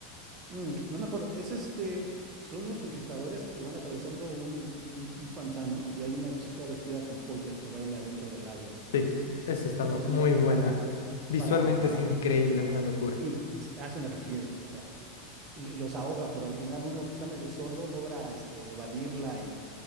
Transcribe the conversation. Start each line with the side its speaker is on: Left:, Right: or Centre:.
Right: Mm, no me acuerdo. Es este. Son unos conquistadores que van atravesando un, un- un pantano y hay una chica vestida con joyas que baila dentro del agua.
Left: Sí, esa
Right: Este,
Left: estaba
Right: y los
Left: muy
Right: engaña
Left: buena.
Right: para,
Left: Visualmente
Right: para, para.
Left: es increíble, una locura.
Right: Y a eso me refiero. O sea, y lo- y los ahoga, pero al final uno que está medio sordo logra este, evadirla y.